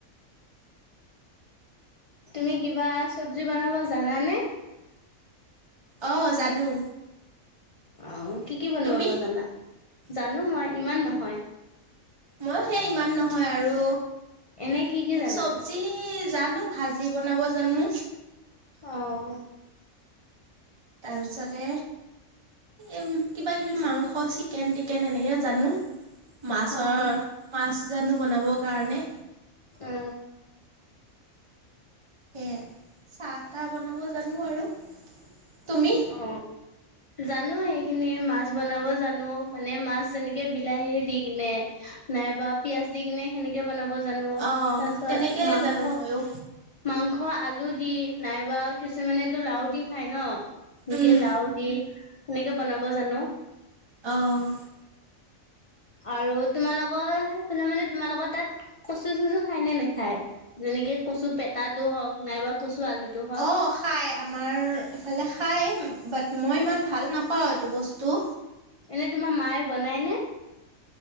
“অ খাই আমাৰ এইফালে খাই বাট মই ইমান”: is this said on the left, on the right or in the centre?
Right